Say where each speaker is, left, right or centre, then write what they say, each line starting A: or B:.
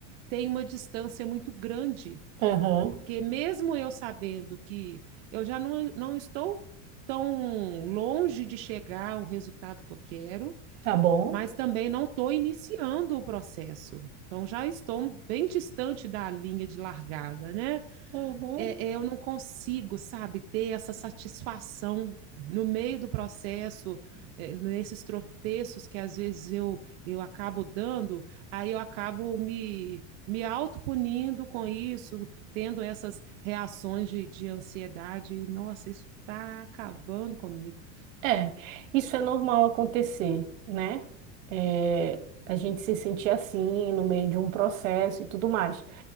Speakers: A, on the right; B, on the right.
A: tem uma distância muito grande,
B: Aham,
A: porque mesmo eu sabendo que eu já não, não estou tão longe de chegar ao resultado que eu quero,
B: tá bom.
A: mas também não estou iniciando o processo. Então, já estou bem distante da linha de largada, né?
B: Uhum.
A: É, é, eu não consigo, sabe, ter essa satisfação no meio do processo, é, nesses tropeços que às vezes eu, eu acabo dando, aí eu acabo me, me autopunindo com isso, tendo essas reações de, de ansiedade. Nossa, isso está acabando comigo.
B: É, isso é normal acontecer, né? É, a gente se sentir assim no meio de um processo e tudo mais.